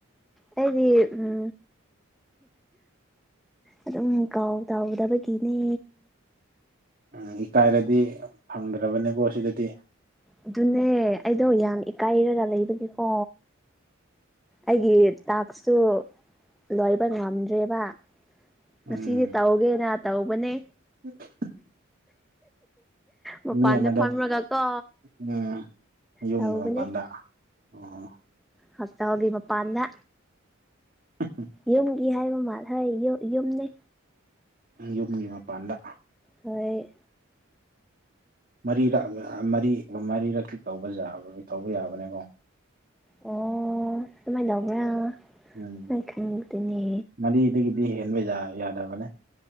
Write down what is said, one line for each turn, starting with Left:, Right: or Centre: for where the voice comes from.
Centre: ꯑꯩꯗꯤ ꯎꯝ ꯑꯗꯨꯝ ꯀꯥꯜ ꯇꯧꯗꯕꯒꯤꯅꯦ꯫
Right: ꯎꯝ ꯏꯀꯥꯏꯔꯗꯤ ꯐꯪꯗ꯭ꯔꯕꯅꯦꯀꯣ ꯁꯤꯗꯗꯤ꯫
Centre: ꯑꯗꯨꯅꯦ ꯑꯩꯗꯣ ꯌꯥꯝ ꯏꯀꯥꯏꯔꯒ ꯂꯩꯕꯒꯤꯀꯣ ꯑꯩꯒꯤ ꯇꯥꯛꯁꯇꯨ ꯂꯣꯏꯕ ꯉꯝꯗ꯭ꯔꯦꯕ꯫ ꯉꯁꯤꯗꯤ
Right: ꯎꯝ
Centre: ꯇꯧꯒꯦꯅ ꯇꯧꯕꯅꯦ
Right: <unintelligible>
Centre: ꯃꯥꯄꯥꯟꯗ
Right: ꯃꯤ ꯑꯃꯗ
Centre: ꯐꯝꯔꯒ ꯀꯣ
Right: ꯎꯝ ꯌꯨꯝꯒꯤ
Centre: ꯇꯧꯕꯅꯦ
Right: ꯃꯄꯥꯟꯗ ꯑꯣ
Centre: ꯍꯣꯁꯇꯦꯜꯒꯤ ꯃꯄꯥꯟꯗ
Right: <unintelligible>
Centre: ꯌꯨꯝꯒꯤ ꯍꯥꯏꯕ ꯃꯥꯜ ꯍ ꯌꯨꯝ ꯌꯨꯝꯅꯦ
Right: ꯌꯨꯝꯒꯤ ꯃꯄꯥꯟꯗ
Centre: ꯍꯣꯏ
Right: ꯃꯔꯤꯔꯛ ꯃꯔꯤ ꯃꯔꯤꯔꯛꯇ ꯇꯧꯕ ꯌꯥꯕ ꯇꯧꯕꯥ ꯌꯥꯕꯅꯦꯀꯣ꯫
Centre: ꯑꯣ ꯀꯃꯥꯏꯅ ꯇꯧꯕ꯭ꯔꯥ
Right: ꯎꯝ
Centre: ꯑꯩ ꯈꯪꯗꯦꯅꯦ!
Right: ꯃꯔꯤꯗꯒꯤꯗꯤ ꯍꯦꯟꯕ ꯌꯥ ꯌꯥꯗꯕꯅꯦ꯫